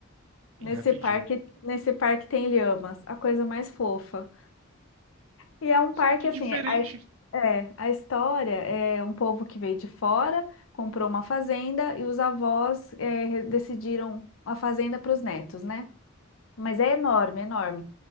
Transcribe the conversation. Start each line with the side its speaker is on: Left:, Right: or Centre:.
Right: Bem
Left: Nesse
Right: rapidinho.
Left: parque, nesse parque tem lhamas, a coisa mais fofa. E é um
Right: Nossa,
Left: parque
Right: que
Left: assim,
Right: diferente!
Left: a, é, a história é um povo que veio de fora, comprou uma fazenda e os avós é, re- decidiram a fazenda para os netos, né? Mas é enorme, enorme.